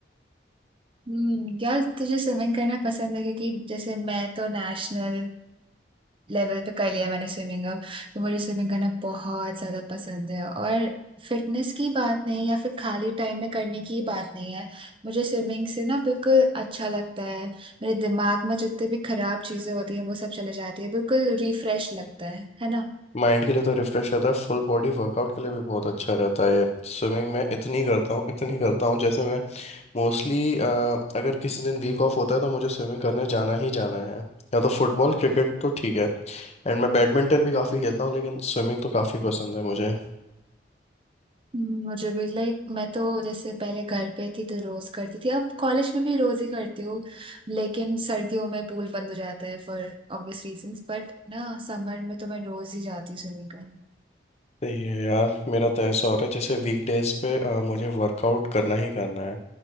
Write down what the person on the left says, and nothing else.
माइंड के लिए तो रिफ्रेश रहता है फुल बॉडी वर्कआउट के लिए भी बहुत अच्छा रहता है ये स्विमिंग मैं इतनी करता हूँ इतनी करता हूँ जैसे मैं मोस्टली अगर किसी दिन वीक ऑफ होता है तो मुझे स्विमिंग करने जाना ही जाना है या तो फुटबॉल क्रिकेट तो ठीक है एंड मैं बैडमिंटन भी काफ़ी खेलता हूँ लेकिन स्विमिंग तो काफ़ी पसंद है मुझे
सही है यार मेरा तो ऐसा हो रहा है जैसे वीकडेज पे अ, मुझे वर्कआउट करना ही करना है